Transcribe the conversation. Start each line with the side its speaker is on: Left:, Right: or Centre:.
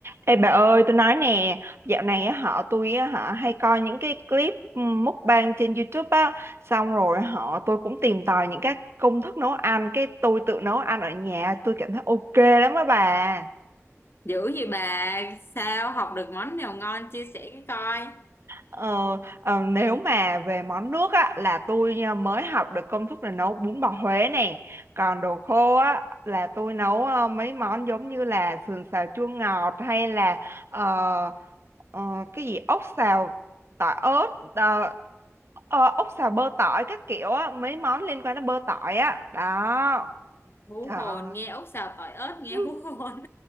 Right: Ê bà ơi, tôi nói nè, dạo này á, họ tôi á, họ hay coi những cái clip ừm, mukbang trên YouTube á, xong rồi họ tôi cũng tìm tòi những cái công thức nấu ăn, cái tôi tự nấu ăn ở nhà, tôi cảm thấy ok lắm á bà.
Left: Dữ gì bà, sao học được món nào ngon chia sẻ cái coi.
Right: Ờ, ờ, nếu mà về món nước á, là tôi ờ, mới học được công thức là nấu bún bò Huế nè còn đồ khô á, là tôi nấu ờ, mấy món giống như là sườn xào chua ngọt hay là ờ, ờ, cái gì ốc xào tỏi ớt ờ, ờ, ốc xào bơ tỏi các kiểu á mấy món liên quan đến bơ tỏi á đó
Left: Hú
Right: trời
Left: hồn,
Right: ơi
Left: nghe ốc xào tỏi ớt nghe
Right: <laughs>
Left: hú hồn.